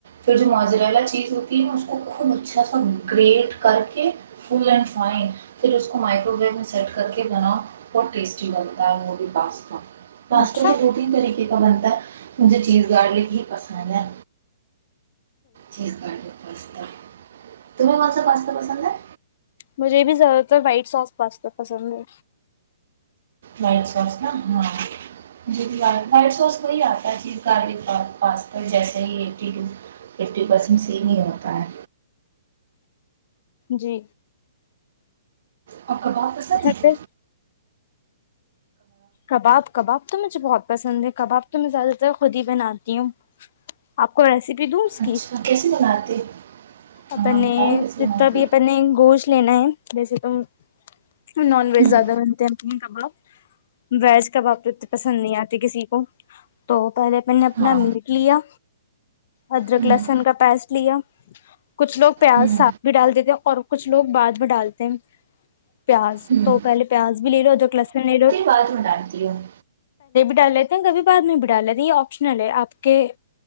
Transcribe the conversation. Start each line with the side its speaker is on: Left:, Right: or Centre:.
Right: پھر جو ماجر والا چیز ہوتی ہے نا اس کو خوب اچھا سا گریٹ کر کے فل اینڈ فائن پھر اس کو مائکرو ویو میں سیٹ کر کے بناؤ بہت ٹیسٹی لگتا ہے وہ بھی پاستا پاستا
Left: اچھا
Right: کے بکنگ طریقہ کہ کو بنتا ہے مجھے چیز گارلک بی پسند ہے ٹھیک ہے پاستا تمہیں کونسا پاستا پسند ہے
Left: مجھے بھی زیادہ تر وائٹ سوس پاستا پسند ہے
Right: وائٹ سوس نا ہاں جو کہ وائٹ سوس وہی آتا ہے چیز گارلک کا پاستا جیسے ہی ایٹی پرسینٹ سیم ہی ہوتا ہے
Left: جی
Right: اور کباب پسند
Left: اچھا
Right: ہے
Left: پھر کباب کباب تو مجھے بہت پسند ہے کباب تو میں زیادہ تر خود ہی بناتی ہوں آپ کو ریسپی دوں اس کی
Right: اچھا کیسے بناتے
Left: اپنے
Right: ہاں بتاؤ کیسے
Left: جتنا
Right: بناتی
Left: بھی اپنے گوشت لینا ہے جیسے تم نان
Right: ہوں
Left: ویج زیادہ بنتے ہیں کباب ویج کباب تو اتنے پسند نہیں آتے کسی کو تو پہلے میں نے اپنا
Right: ہاں
Left: میٹ لیا ادرک
Right: ہوں
Left: لہسن کا پیسٹ لیا کچھ لوگ پیاز
Right: ہوں
Left: ساگ بھی ڈال دیتے اور کچھ لوگ بھات بھی ڈالتے ہیں پیاز
Right: ہوں
Left: تو پہلے پیاز بھی لے لو ادرک لہسن لے لو
Right: بات م ڈانتی ہوں
Left: ٹال لیتے ہیں کبھی بعد میں بٹال لیتے یہ آپشنل ہے آپ کے